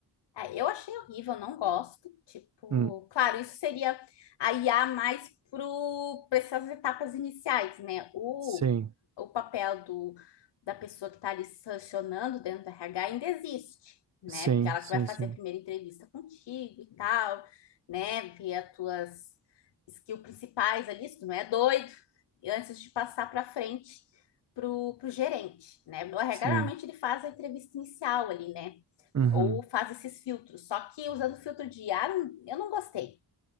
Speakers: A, on the left; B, on the right.
A: Ah, eu achei horrível, não gosto. Tipo,
B: Hum,
A: claro, isso seria a IA mais para essas etapas iniciais, né? O,
B: sim.
A: o papel do, da pessoa que está ali sancionando dentro do RH ainda existe, né?
B: Sim,
A: Porque ela
B: sim,
A: que vai fazer
B: sim.
A: a primeira entrevista contigo e tal, né? Ver as tuas skills principais ali, se tu não é doido, e antes de passar para frente pro, pro gerente, né? O RH
B: Sim.
A: normalmente ele faz a entrevista inicial ali, né?
B: Uhum.
A: ou faz esses filtros. Só que usando filtro de ar, eu não gostei.